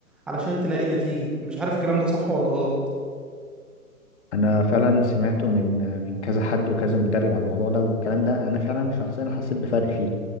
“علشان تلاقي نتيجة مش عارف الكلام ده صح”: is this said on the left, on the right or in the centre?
Centre